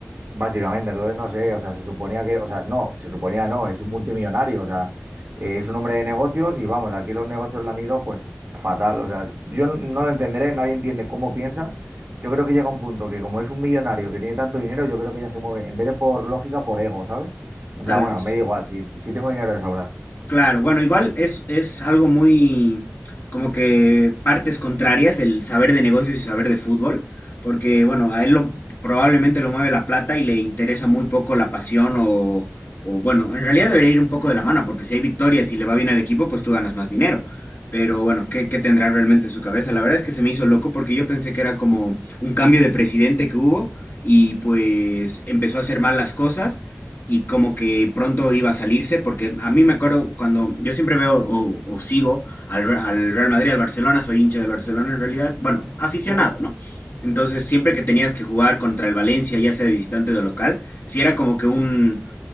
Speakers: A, on the right; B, on the left.
A: Básicamente, entonces no sé, o sea, se suponía que, o sea, no, se suponía no, es un multimillonario, o sea, eh, es un hombre de negocios y vamos, aquí los negocios le han ido pues fatal, o sea, yo n- no lo entenderé, nadie entiende cómo piensa. Yo creo que llega un punto que como es un millonario que tiene tanto dinero, yo creo que ya se mueve, en vez de por lógica, por ego, ¿sabes? En
B: Tal
A: plan, bueno,
B: vez.
A: me da igual, si, si tengo dinero de sobra.
B: Claro, bueno, igual es, es algo muy como que partes contrarias el saber de negocios y saber de fútbol, porque bueno, a él lo, probablemente lo mueve la plata y le interesa muy poco la pasión o, o bueno, en realidad debería ir un poco de la mano, porque si hay victorias y le va bien al equipo, pues tú ganas más dinero. Pero bueno, ¿qué, qué tendrá realmente en su cabeza? La verdad es que se me hizo loco porque yo pensé que era como un cambio de presidente que hubo y pues empezó a hacer mal las cosas y como que pronto iba a salirse, porque a mí me acuerdo cuando yo siempre veo o, o sigo al, Re- al Real Madrid, al Barcelona, soy hincha del Barcelona en realidad, bueno, aficionado,
A: Mm.
B: ¿no? Entonces siempre que tenías que jugar contra el Valencia, ya sea de visitante o de local, si era como que un,